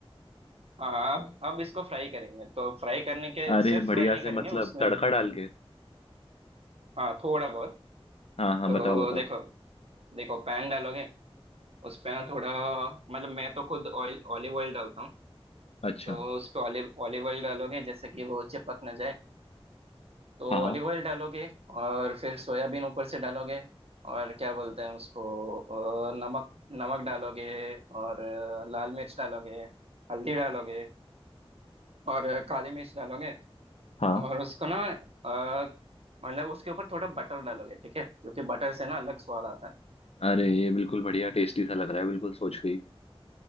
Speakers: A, on the right (about 75°); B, on the left (about 80°).
A: हाँ अब अब इसको फ्राई करेंगे तो फ्राई करने के
B: अरे
A: सिर्फ
B: बढ़िया
A: फ्राई नहीं
B: से
A: करेंगे
B: मतलब
A: उसमें
B: तड़का डाल के
A: हाँ थोड़ा बहुत
B: हाँ हाँ
A: तो
B: बताओ बताओ
A: देखो देखो पैन डालोगे उस पे ना थोड़ा मतलब मैं तो खुद ऑयल ऑलिव ऑयल डालता हूँ
B: अच्छा
A: तो उस पे ऑलिव ऑलिव ऑयल डालोगे जैसे कि वो चिपक ना जाए तो
B: हाँ हाँ
A: ऑलिव ऑयल डालोगे और फिर सोयाबीन ऊपर से डालोगे और क्या बोलते हैं उसको अ, नमक नमक डालोगे और अ, लाल मिर्च डालोगे हल्दी डालोगे और अ, काली मिर्च डालोगे
B: हाँ
A: और उसको ना अ, मतलब उसके ऊपर थोड़ा बटर डालोगे ठीक है क्योंकि बटर से ना अलग स्वाद आता है
B: अरे ये बिल्कुल बढ़िया टेस्टी सा लग रहा है बिल्कुल सोच के ही।